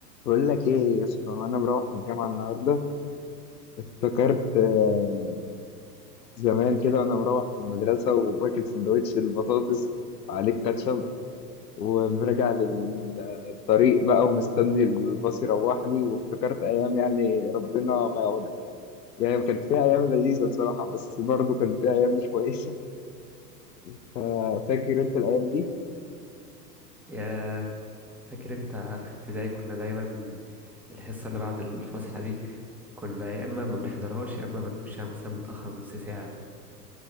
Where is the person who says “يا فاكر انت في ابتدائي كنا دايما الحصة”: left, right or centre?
Centre